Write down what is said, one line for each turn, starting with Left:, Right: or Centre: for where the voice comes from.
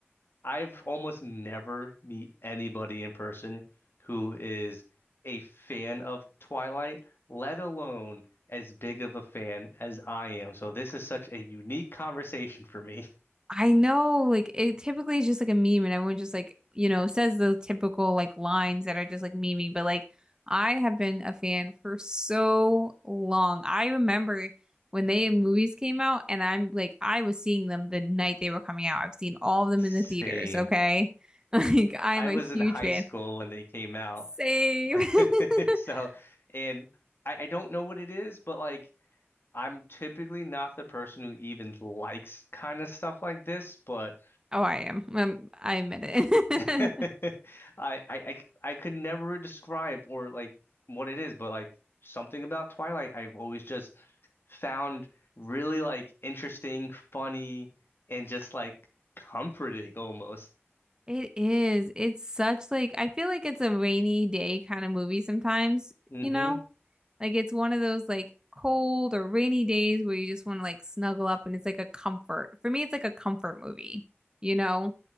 Left: I've almost never meet anybody in person who is a fan of Twilight, let alone as big of a fan as I am. So this is such a unique conversation for me.
Right: I know, like it typically is just like a meme and everyone just like, you know, says the typical like lines that are just like memey, but like I have been a fan for so long. I remember when they movies came out and I'm like I was seeing them the night they were coming out. I've seen all of them
Left: <laughs> Same.
Right: in the theaters, okay? <laughs> Like I'm
Left: I
Right: a
Left: was
Right: huge
Left: in high
Right: fan.
Left: school when they came out,
Right: Same. <laughs>
Left: <laughs> So, and I, I don't know what it is, but like I'm typically not the person who even likes kind of stuff like this, but
Right: Oh, I am. Um, I admit it.
Left: <laughs> I
Right: <laughs>
Left: I I I could never describe or like what it is, but like something about Twilight I've always just found really like interesting, funny, and just like comforting almost.
Right: It is. It's such like I feel like it's a rainy day kind of movie sometimes,
Left: hmm
Right: you know? Like it's one of those like cold or rainy days where you just want to like snuggle up and it's like a comfort. For me, it's like a comfort movie, you know?